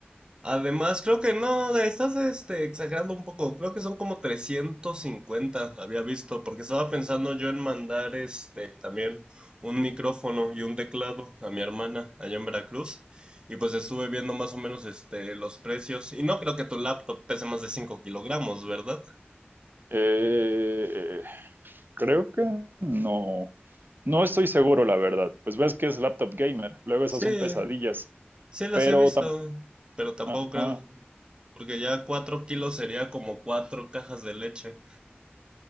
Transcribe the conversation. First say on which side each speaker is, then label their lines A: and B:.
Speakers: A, on the right; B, on the right.
A: Además, creo que no, la estás este, exagerando un poco. Creo que son como 350 había visto, porque estaba pensando yo en mandar este también un micrófono y un teclado a mi hermana allá en Veracruz. Y pues estuve viendo más o menos este los precios. Y no creo que tu laptop pese más de cinco kilogramos, ¿verdad?
B: Eh, Creo que no. No estoy seguro, la verdad. Pues ves que es laptop gamer. Luego esas
A: Sí,
B: son pesadillas.
A: sí las
B: Pero
A: he visto,
B: tam-
A: pero tampoco
B: Ajá.
A: creo, porque ya 4 kilos sería como 4 cajas de leche.